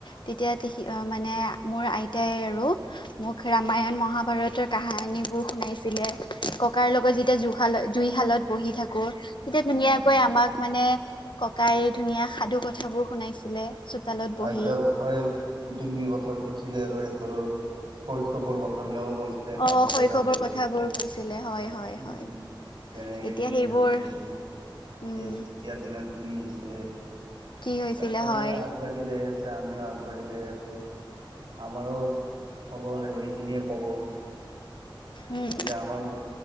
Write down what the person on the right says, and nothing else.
আইতা ককাই গোটেইখিনি কথা কৈছিলে আৰু সিহঁতৰ। শৈশৱৰ কথাবিলাকো। কৈছিলে সাধু
কথাৰ দৰে
উম
কেনেকে
কি
হৈছিলে তেতিয়াৰ
দিনত কি হৈছিলে।
সময়
আগবাঢ়ি ছেম এতিয়া আমিও আগবাঢ়ি যাই আছো আমাৰো। তলৰ হেৰিখিনিয়ে ক'ব।
এতিয়া আমাৰ